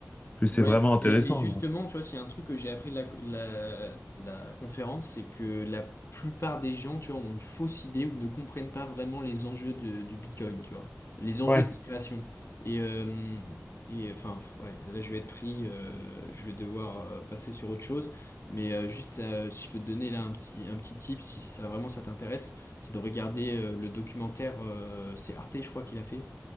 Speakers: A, on the left; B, on the left.
A: que c'est
B: Ouais,
A: vraiment intéressant.
B: mais, mais justement,
A: quoi.
B: tu vois, s'il y a un truc que j'ai appris de la, la, de la conférence, c'est que la plupart des gens, tu vois, ont une fausse idée ou ne comprennent pas vraiment les enjeux de- du Bitcoin, tu vois, les enjeux
A: Ouais.
B: de création. Et, euh, et enfin, ouais, là, je vais être pris, euh, je vais devoir euh, passer sur autre chose, mais euh, juste, euh, si je peux te donner là un petit, un petit tip, si ça vraiment ça t'intéresse, c'est de regarder euh, le documentaire, euh, c'est Arte, je crois qu'il a fait